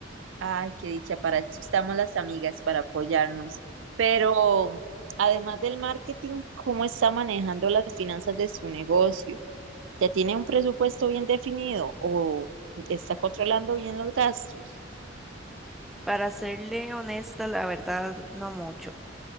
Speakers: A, on the right; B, in the centre.
A: Ay, qué dicha, para eso estamos las amigas, para apoyarnos. Pero además del marketing, ¿cómo está manejando las finanzas de su negocio? ¿Ya tiene un presupuesto bien definido o está controlando bien los gastos?
B: Para serle honesta, la verdad, no mucho.